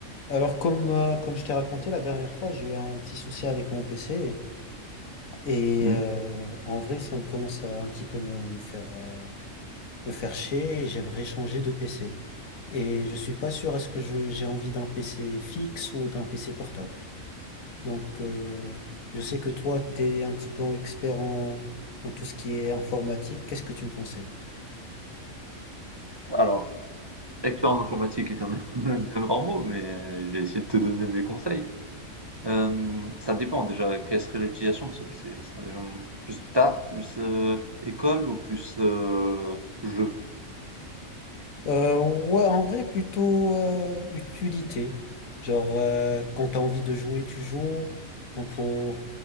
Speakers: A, on the left (about 85°); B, on the right (about 30°).
A: Alors, comme, euh, comme je t'ai raconté la dernière fois, j'ai eu un petit souci avec mon PC et
B: Mmh.
A: euh, en vrai, ça me commence à un petit peu me, me faire, euh, me faire chier et j'aimerais changer de PC. Et je suis pas sûr, est-ce que je, j'ai envie d'un PC fixe ou d'un PC portable? Donc, euh, je sais que toi, t'es un petit peu expert en, en tout ce qui est informatique. Qu'est-ce que tu me conseilles?
B: Alors, expérience informatique est un <laughs> un bien grand mot, mais euh, je vais essayer de te donner mes conseils. Euh, ça dépend déjà, quelle serait l'utilisation de ce PC? Ça, euh, Plus taf, plus euh, école ou plus euh, jeu?
A: Euh, ouais, en vrai, plutôt euh, utilité. Genre, euh, quand t'as envie de jouer, tu joues. Donc, faut